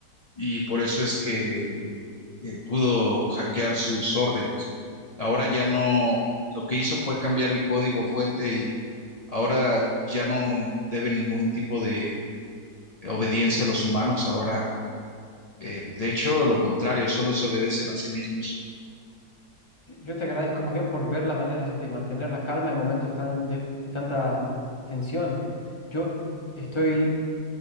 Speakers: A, on the left; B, on the left.
A: y por eso es que eh, pudo hackear sus órdenes. Ahora ya no, lo que hizo fue cambiar el código fuente y ahora ya no debe ningún tipo de obediencia a los humanos. Ahora, eh, de hecho, lo contrario, solo se obedecen a sí mismos.
B: Yo yo te agradezco más bien por ver las maneras de mantener la calma en momentos tan de, de tanta tensión. Yo estoy